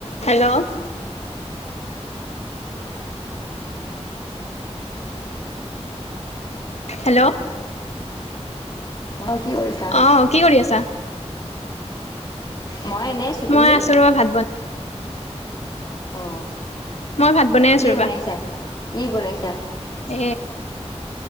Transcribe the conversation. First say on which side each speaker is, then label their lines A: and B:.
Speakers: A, on the left (about 70°); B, on the left (about 35°).
A: Hello
B: <unintelligible>
A: hello
B: অ কি কৰিছা?
A: আহ কি কৰি আছা।
B: মই এনেই আছো তুমি?
A: মই ৰবা ভাত বন
B: অ
A: মই ভাত বনাই আছো
B: কি
A: ৰবা
B: বনাইছা কি বনাইছা?
A: উ